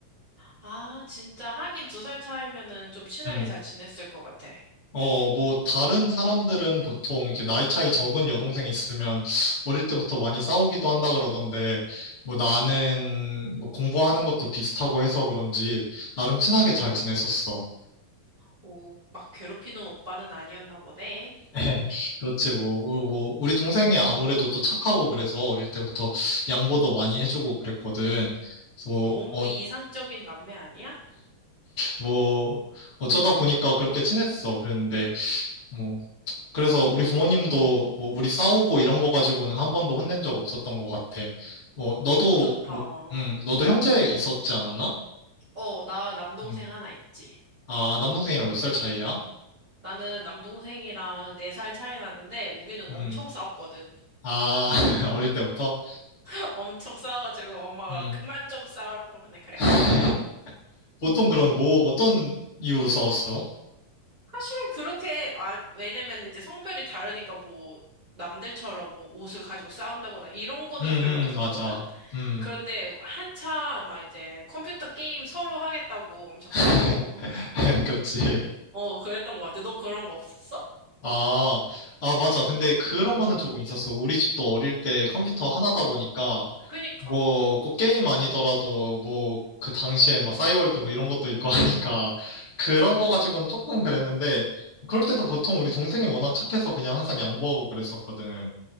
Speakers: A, on the right (about 40°); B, on the left (about 45°).
A: 아, 진짜 하긴 두 살 차이면은 좀 친하게
B: 음.
A: 잘 지냈을 것 같아.
B: 어, 뭐, 다른 사람들은 보통 이제 나이 차이 적은 여동생 있으면 어릴 때부터 많이 싸우기도 한다 그러던데, 뭐 나는 뭐 공부하는 것도 비슷하고 해서 그런지 나름 친하게 잘 지냈었어.
A: 오, 막 괴롭히는 오빠는 아니었나 보네.
B: <laughs> 그렇지, 뭐, 우- 뭐, 우리 동생이 아무래도 또 착하고 그래서 어릴 때부터 양보도 많이 해주고 그랬거든. 그래서 뭐,
A: 너무
B: 어,
A: 이상적인 남매 아니야?
B: 뭐, 어쩌다 보니까 그렇게 친했어. 그랬는데, 뭐, 그래서 우리 부모님도 뭐 우리 싸우고 이런 거 가지고는 한 번도 혼낸 적 없었던 것 같아. 뭐
A: 너무
B: 너도
A: 좋다.
B: 뭐 음,
A: 음.
B: 너도 형제 있었지 않았나?
A: 어, 나 남동생
B: 음.
A: 하나 있지.
B: 아, 남동생이랑 몇 살 차이야?
A: 나는 남동생이랑 네 살 차이 나는데 우리는
B: 음.
A: 엄청 싸웠거든.
B: 아, <laughs> 어릴 때부터?
A: <laughs> 엄청 싸워가지고 엄마가
B: 음.
A: 그만 좀 싸우라고 맨날 그랬거든.
B: <laughs> 보통 그럼 뭐 어떤 이유로 싸웠어?
A: 사실 그렇게 아 왜냐면 이제 성별이 다르니까 뭐 남들처럼 뭐 옷을 가지고 싸운다거나 이런 거는
B: 음,
A: 별로 없었거든.
B: 음, 맞아. 음.
A: 그런데 한참 막 이제 컴퓨터 게임 서로 하겠다고 엄청
B: <laughs>
A: 싸우고
B: 그렇지.
A: 어 그랬던 것 같아. 너 그런 거 없었어?
B: 아, 아, 맞아. 근데 그런 거는 조금 있었어. 우리 집도 어릴 때 컴퓨터 하나다 보니까,
A: 그니까
B: 뭐, 꼭 게임 아니더라도, 뭐, 그 당시에 막 싸이월드 뭐 이런 것도 있고 <laughs> 하니까, 그런 거 가지고는 조금 그랬는데, 그럴 때도 보통 우리 동생이 워낙 착해서 그냥 항상 양보하고 그랬었거든.